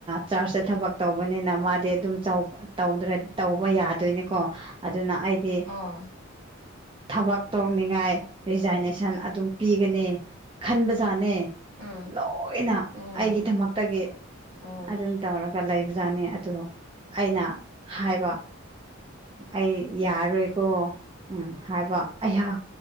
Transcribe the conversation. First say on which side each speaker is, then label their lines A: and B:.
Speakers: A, on the right; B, on the right.
A: ꯆꯥꯔꯆꯇ ꯊꯕꯛ ꯇꯧꯕꯅꯤꯅ ꯃꯥꯗꯤ ꯑꯗꯨꯝ ꯆꯥꯎ ꯗ꯭ꯔ ꯇꯧꯕ ꯌꯥꯗꯣꯏꯅꯤꯀꯣ ꯑꯗꯨꯅ ꯑꯩꯗꯤ
B: ꯑꯣ
A: ꯊꯕꯛ ꯇꯧꯅꯤꯡꯉꯥꯏ ꯔꯤꯖꯥꯏꯅꯦꯁꯟ ꯑꯗꯨꯝ ꯄꯤꯒꯅꯤ ꯈꯟꯕꯖꯥꯅꯤ
B: ꯎꯝ
A: ꯂꯣꯏꯅ
B: ꯎꯝ
A: ꯑꯩꯒꯤꯗꯃꯛꯇꯒꯤ
B: ꯑꯣ
A: ꯑꯗꯨꯝ ꯇꯧꯔꯒ ꯂꯩꯕꯖꯥꯠꯅꯤ ꯑꯗꯨ ꯑꯩꯅ ꯍꯥꯏꯕ ꯑꯩ ꯌꯥꯔꯣꯏꯀꯣ ꯍꯥꯏꯕ ꯑꯩꯍ